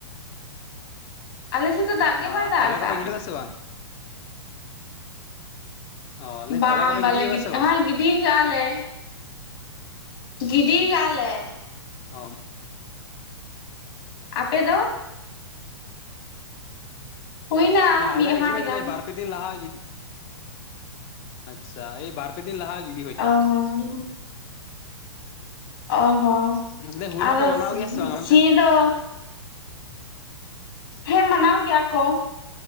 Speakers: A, on the left; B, on the left.
A: ᱟᱞᱮ ᱥᱮᱫ ᱫᱚ ᱫᱟᱜ ᱜᱮ
B: ᱟᱨ
A: ᱵᱟᱭ ᱫᱟᱜ
B: ᱛᱚᱞᱟ
A: ᱟᱠᱟᱜᱼᱟ
B: ᱠᱚᱯᱮ ᱜᱤᱰᱤ ᱠᱟᱫᱟ ᱥᱮ ᱵᱟᱝ ᱚ ᱞᱟᱹᱭ
A: ᱵᱟᱝ
B: ᱫᱟᱹᱧ ᱛᱚᱞᱟ ᱠᱚᱯᱮ
A: ᱵᱟᱞᱮ
B: ᱠᱮᱫᱟ
A: ᱜᱤᱰᱤ
B: ᱥᱮ ᱵᱟᱝ
A: ᱦᱟᱸ ᱜᱤᱰᱤ ᱠᱟᱜᱼᱟ ᱞᱮ ᱜᱤᱰᱤ ᱠᱟᱜᱼᱟ ᱞᱮ
B: ᱚᱢ
A: ᱟᱯᱮ ᱫᱚ ᱦᱩᱭᱱᱟ
B: ᱦᱮᱸ
A: ᱢᱤᱫ
B: ᱟᱞᱮ
A: ᱦᱟᱴ
B: ᱜᱤ ᱦᱳᱭ
A: ᱜᱟᱱ
B: ᱠᱟᱱᱟᱭ ᱵᱟᱨ ᱯᱮ ᱞᱟᱦᱟ ᱜᱤᱫᱤ ᱟᱪᱪᱷᱟ ᱮᱭ ᱵᱟᱨ ᱯᱮ ᱫᱤᱱ ᱞᱟᱦᱟ ᱜᱤ
A: ᱚ ᱦᱚᱸ ᱚ ᱦᱚᱸ
B: ᱞᱟᱹᱭ ᱦᱩᱞ ᱢᱟᱦᱟ
A: ᱟᱫᱚ
B: ᱯᱮ ᱢᱟᱱᱟᱣ ᱜᱮᱭᱟ ᱥᱮ ᱵᱟᱝ ᱚᱱᱛᱮ
A: ᱥᱤ ᱫᱚ ᱦᱮᱸ ᱢᱟᱱᱟᱣ ᱜᱮᱭᱟ ᱠᱚ